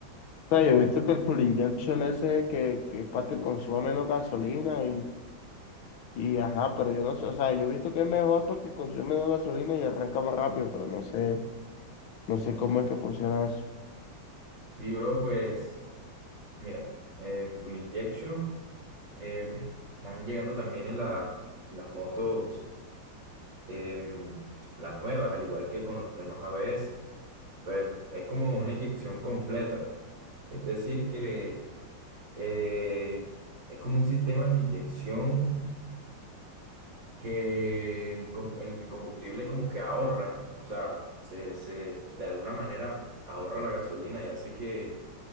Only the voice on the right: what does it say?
Y bro, pues mira, eh, full injection, eh, están llegando también en, la- en las motos, em, las nuevas, al igual que con los frenos a ABS, pero es es como una inyección completa. Es decir, que Eh, es como un sistema de inyección que el, co- en el que el combustible como que ahorra, o sea, se, se- de alguna manera ahorra la gasolina y hace que